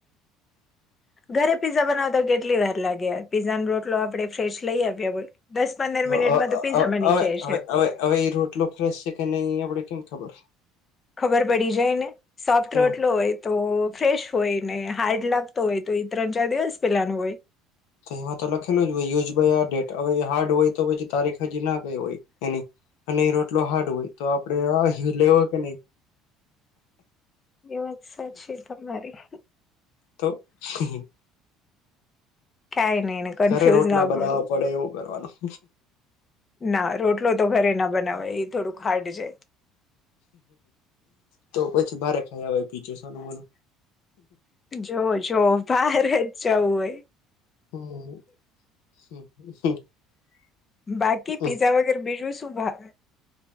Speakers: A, on the left; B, on the left.
A: હ <inaudible>
B: ઘરે પીઝા બનાવતા કેટલી વાર લાગે યાર પીઝા નો રોટલો આપણેે ફેશ લઈ આવ્યા દસ પંદર
A: વેવેવે
B: મિનિટમાં તો પીઝામાં નીચે છે
A: હવે એ રોટલો ફ્રેશ છે કે નહી આપણેે કેમ ખબર
B: ખબર પડી જાય ને સોફ્ટ
A: કેમ
B: રોટલો હોય તો ફ્રેશ હોય ને હાર્ડ લાગતો હોય તો એ ત્રણ ચાર દિવસ પેલા ન હોય
A: તો એમાં તો લખેલું જ હોય યુઝાઈ આ ડેટ હવે હાર્ડ હોય તો પછી તારીખ હજી ના હો એ અને રોટલો હાર્ડ હોય તો આપડે લેવો કે નહી
B: એ વાત સાચી તમારી
A: તો <unintelligible>
B: કાઈ નઈ ને કન્ફ્યુઝ
A: ઘરે રોટલા
B: ના
A: બનાવા
B: કરો
A: પડે એવું કરવાનું
B: ના રોટલો તો ઘરે ના બનાવય એ થોડુંક હાર્ડ છે.
A: તો પછી બારે ખાઇ આવય છાનો-માનો
B: જો જોવો જોવો હહારે જવું હોઈ
A: હમ
B: બાકી પીઝા બીજું શું ભાવે